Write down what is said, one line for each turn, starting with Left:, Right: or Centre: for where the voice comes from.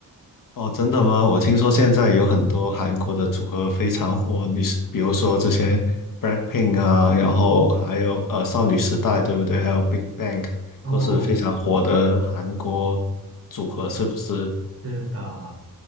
Left: 哦，真的吗？我听说现在有很多韩国的组合非常火，你是比如说之前 BLACKPINK 啊，然后还有呃少女时代，对不对？还有 Big Bang
Right: 哦，
Left: 都是非常火的韩国组合，是不是？
Right: 是的，